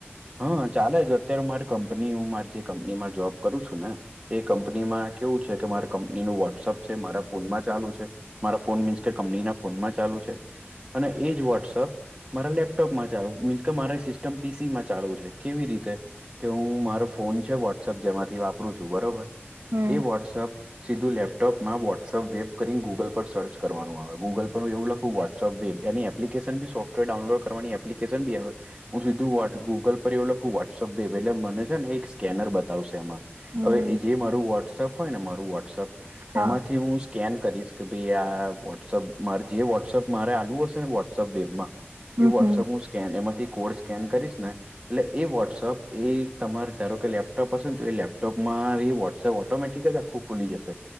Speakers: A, on the right (about 20°); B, on the right (about 75°).
A: હા, ચાલે જ અત્યારે મારે કંપની હું માર જે કંપની માં જોબ કરું છું ને, એ કંપનીમાં કેવું છે કે મારા કંપનીનું વોટ્સઅપ છે. મારા ફોનમાં ચાલુ છે. મારા ફોન મીન્સ કે કંપનીના ફોનમાં ચાલુ છે, અને એજ વોટ્સઅપ મારા લેપટોપમાં ચાલુ મિન્સ કે મારી સિસ્ટમ પીસી માં ચાલુ છે. કેવી રીતે? કે હું મારો ફોન છે, વોટ્સઅપ જેમાંથી વાપરું છું. બરોબર.
B: હમ
A: એ વોટ્સઅપ સીધું લેપટોપમાં વોટ્સઅપ વેબ કરીને ગૂગલ પર સર્ચ, કરવાનું આવે ગુગલ પર એવું લખું વોટ્સઅપ વેબ એની એપ્લિકેશન બી સોફ્ટવેર ડાઉનલોડ કરવાની એપ્લિકેશન બી આવે. હું સીધું ગૂગલ પર એવું લખું વોટ્સઅપ વેબ, એટલે મને છે ને એક સ્કેનર બતાવશે એમાં.
B: હમ
A: હવે, એ જે મારું વોટ્સઅપ હોય ને મારું વોટ્સઅપ
B: હા
A: એમાંથી હું, સ્કેન કરીશ કે ભાઈ આ વોટ્સઅપ મારે જે વોટ્સઅપ મારે આલવુ હશે ને વોટ્સઅપ વેબમાં એ
B: હમ
A: વોટ્સઅપ
B: હમ
A: હું સ્કેન એમાંથી કોડ સ્કેન કરીશ ને એટલે એ વોટ્સઅપ એ તમારે ધારો કે તમારી પાસે લેપટોપ હશે ને તો એ લેપટોપમાં વોટ્સઅપ ઓટોમેટિક જ ખુલી જશે